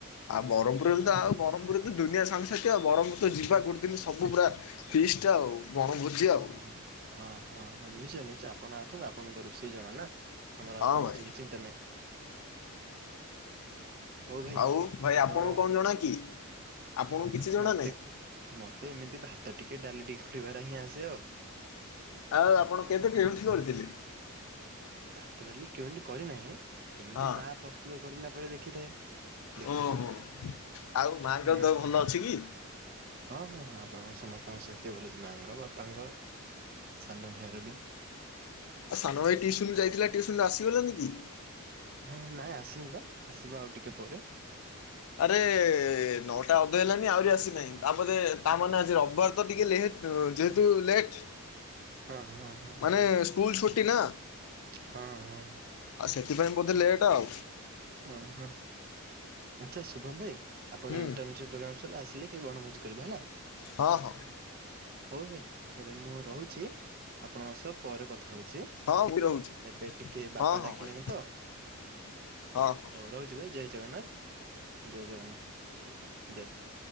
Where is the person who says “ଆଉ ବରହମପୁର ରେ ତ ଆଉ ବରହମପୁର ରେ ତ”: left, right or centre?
Left